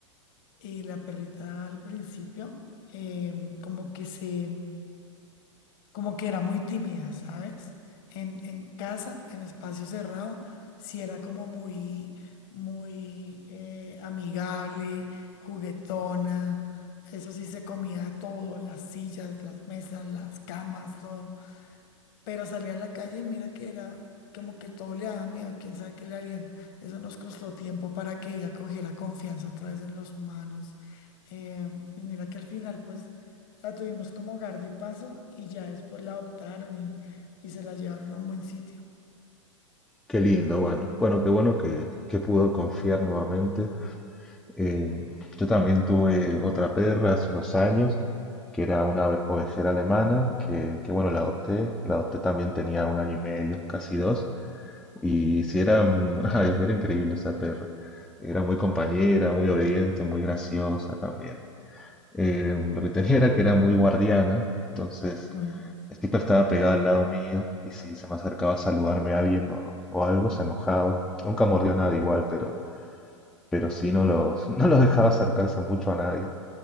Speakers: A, on the left (about 45°); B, in the centre.
A: Y la perrita al principio, eh, como que se, como que era muy tímida, ¿sabes? En, en casa, en espacio cerrado, sí era como muy, muy eh, amigable, juguetona. Eso sí, se comía todo, las sillas, las mesas, las camas, todo. Pero salí a la calle y mira que era como que todo le daba miedo, quién sabe qué le harían. Eso nos costó tiempo para que ella cogiera confianza otra vez en los humanos. Eh, y mira que al final pues la tuvimos como hogar de paso y ya después la adoptaron y, y se la llevaron a un buen sitio.
B: Qué lindo, bueno. Bueno, qué bueno que, que pudo confiar nuevamente. Eh, yo también tuve otra perra hace unos años, que era una ovejera alemana, que, que bueno, la adopté. La adopté también tenía un año y medio, casi dos. Y
A: Mm,
B: si era, mm, <laughs> ay, era increíble esa perra. Era muy compañera, muy obediente, muy graciosa también. Eh, lo que tenía era que era muy guardiana, entonces
A: mm,
B: siempre estaba pegada al lado mío y si se me acercaba a saludarme a alguien o, o algo, se enojaba. Nunca mordió nada igual, pero, pero sí no los, <laughs> no los dejaba acercarse mucho a nadie.